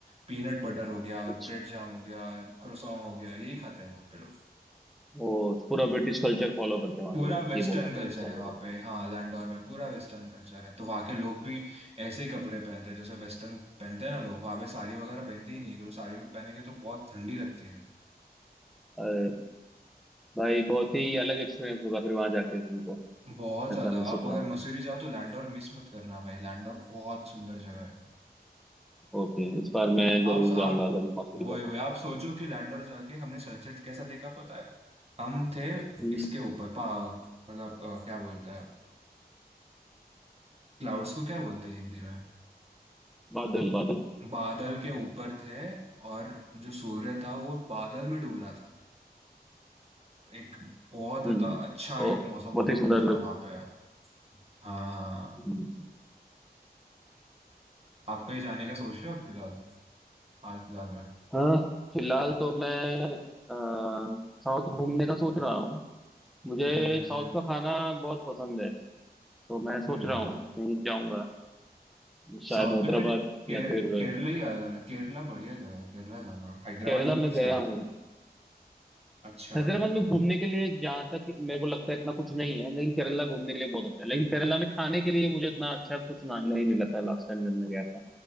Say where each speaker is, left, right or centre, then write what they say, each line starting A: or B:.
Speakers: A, on the right (about 40°); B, in the centre.
A: पीनट बटर हो गया
B: अच्छा
A: ब्रेड जाम हो गया क्रोसॉन हो गया यही खाते हैं वहाँ पे लोग
B: वो पूरा ब्रिटिश कल्चर फॉलो करते हैं वहाँ
A: पूरा
B: पे लोग
A: वेस्टर्न
B: ये बोलना
A: कल्चर
B: चाह
A: है
B: रहे
A: वहाँ
B: हो
A: पे हाँ लैंडोर में पूरा वेस्टर्न कल्चर है तो वहाँ के लोग भी ऐसे ही कपड़े पहनते हैं जैसे वेस्टर्न पहनते हैं ना लोग वहाँ पे साड़ी वगैरह पहनते ही नहीं है, क्योंकि साड़ी में पहनेंगे तो बहुत ठंडी लगती है
B: अरे भाई बहुत ही अलग एक्सपीरियंस होगा फिर वहां जाके तुमको
A: बहुत ज्यादा
B: ऐसा मैं सोच
A: आप
B: रहा
A: अगर
B: हूँ
A: मसूरी जाओ तो लैंडोर मिस मत करना भाई लैंडोर बहुत सुंदर जगह है
B: ओके इस बार मैं जरूर
A: आप आप
B: जाऊंगा अगर मैं मसूरी
A: वो
B: जाता
A: वो-
B: हूँ
A: आप सोचो कि लैंडोर जाके हमने सनसेट कैसा देखा पता है हम थे
B: हम्म,
A: इसके ऊपर पा मतलब अ, क्या बोलते हैं क्लाउड्स को क्या बोलते हैं हिंदी में
B: बादल बादल
A: बादल के ऊपर थे और जो सूर्य था वो बादल में डूब रहा था एक बहुत
B: हम्म
A: अता- अच्छा
B: ओ
A: एक मौसम
B: बहुत
A: बन
B: ही सुंदर
A: गया था वहां पे हाँ हाँ
B: हम्म,
A: आप कहीं जाने का सोच रहे हो अभी फिलहाल हाल फिलहाल में
B: हाँ फिलहाल तो मैं अ, साउथ घूमने का सोच रहा हूँ मुझे
A: हम्म
B: साउथ का खाना बहुत पसंद है तो मैं सोच
A: हम्म
B: रहा हूँ कहीं जाऊंगा शायद
A: साउथ
B: हैदराबाद
A: में फिर के,
B: या फिर
A: केरला ही आ जाना केरला बढ़िया जगह है केरला जाना हैदराबाद
B: केरला
A: में
B: में
A: कुछ
B: गया
A: रख
B: हूँ
A: अच्छा
B: हैदराबाद में घूमने के लिए जहाँ तक मेरे को लगता है इतना कुछ नहीं है लेकिन केरला घूमने के लिए बहुत अच्छा है लेकिन केरला में खाने के लिए मुझे इतना अच्छा कुछ ना, नहीं मिला था लास्ट टाइम जब मैं गया था